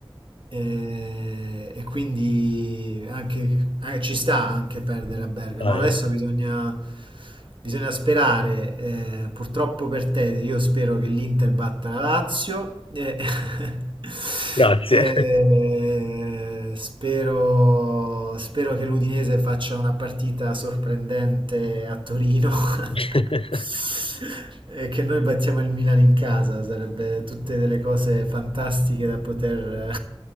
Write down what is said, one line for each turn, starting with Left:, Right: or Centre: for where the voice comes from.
Right: E, e quindi anche, eh, ci sta anche perdere a Bergamo.
Left: Dai,
Right: Adesso
Left: oh.
Right: bisogna, bisogna sperare, eh, purtroppo per te, io spero che l'Inter batta la Lazio. e- <laughs>
Left: Grazie.
Right: e spero, spero che l'Udinese faccia una partita sorprendente a Torino. <laughs> <laughs>
Left: <laughs>
Right: E che noi battiamo il Milan in casa, sarebbe tutte delle cose fantastiche da poter